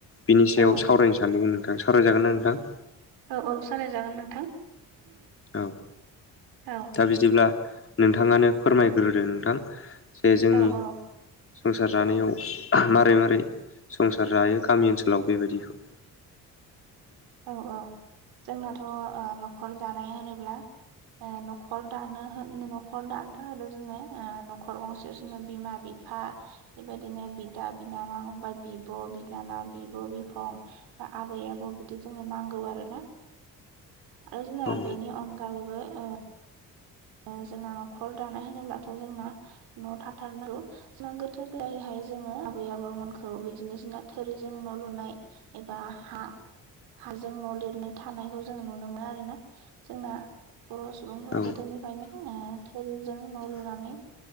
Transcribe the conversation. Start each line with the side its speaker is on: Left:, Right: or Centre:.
Left: बिनि
Right: औ
Left: सायाव सावरायनो सानदोंमोन नोंथां सावरायजागोन ना नोंथां
Right: औ औ सारायजागोन नोंथां
Left: औ
Right: औ
Left: दा बिदिब्ला नोंथाङानो फोरमायग्रोदो नोंथां जे जोंनि
Right: औ औ
Left: संसार जानायाव मारै मारै संसार जायो गामि ओनसोलाव बेबायदिखौ
Right: औ औ जोंनाथ' ओ न'खर दानाय होनोब्ला ओ न'खर दानो नख'र दानोथार होदो जोङो न'खर गंसेयाव जोङो बिमा बि फा बेबायदिनो बिदा बिनानाव ओमफ्राय बिब' बिनानाव बिब' बिफं बा आबै आबौ बिदि जोंनो नांगौ आरो ना आरो जोंना
Left: औ
Right: बेनि अनगायैबो ओ ओ जोंना न'खर दानाय होनोब्लाथ' जोंना न' थाथारनांगौ <unintelligible> हाय जोङो आबै आबौमोनखौ बिदिनो जोंना थोरिजों न' लुनाय एबा हा हाजों न' लिरनो थानायखौ जों नुनो मोनो आरो ना जोंना बर' सुबुंफोरा
Left: औ
Right: गोदोनि फायनो ओ थोरिजों न' लुनानै